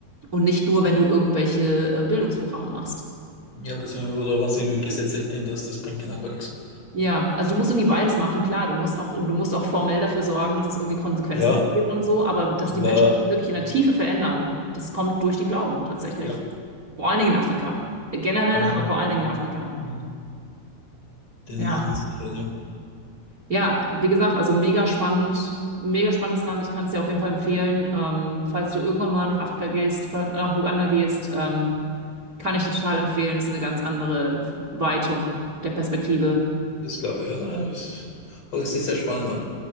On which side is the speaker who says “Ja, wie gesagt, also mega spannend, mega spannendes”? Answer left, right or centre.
Right